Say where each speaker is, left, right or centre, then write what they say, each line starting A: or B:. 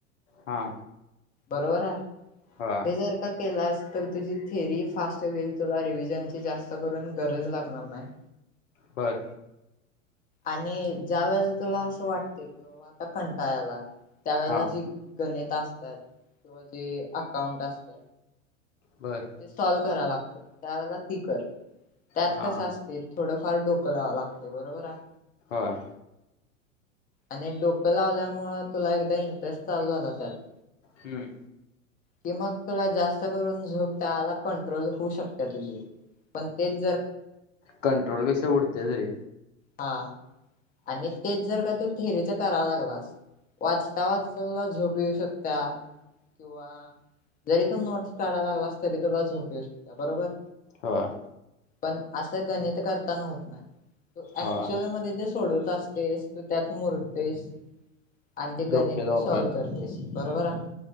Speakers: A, on the left; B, on the left.
A: हा.
B: बरोबर आहे
A: होय
B: हे जर का केलास तर तुझी थेअरी फास्ट होईल तुला रिव्हजनची जास्त करून गरज लागणार नाही
A: बरं.
B: आणि ज्या वेळेला तुला असं वाटतयं किवा आता कंटाळाला त्यावेळेला
A: हा
B: जी गणित तस्तात. किंवा जे अकाउंट असत
A: बर
B: जे सॉल करा लागतात त्यावेळे ती कर त्यात
A: हा
B: कसं असते थोडंफार डोकं लावा लागते बरोबर आहे.
A: होय.
B: आणि डोकं लावल्यामुळ तुला एकदा इंटरेस्ट चालू झाला त्यात
A: हम्म.
B: कि मग तुला जास्त करून झोप त्याला कंट्रोल होऊ शकते तुझी पण तेच जर
A: कंट्रोल पेक्षा उडते तरी
B: हा आणि तेच जर का तू थेरीच कराय लागलास वाचता वाचता तुला झोप येऊ शकता किंवा जरी तू नोट्स काढायला लागलास तरी तुला झोप येऊ शकता बरोबर
A: होय.
B: पण असं गणित करताना होत ना ऍक्च्युल
A: हा
B: मध्ये ज सोडत असतेस तू त्यात मुरतेस आणि ते
A: डोक्याचा
B: गणित तू
A: वापर
B: सॉल्व करतेस बरोबर आहे.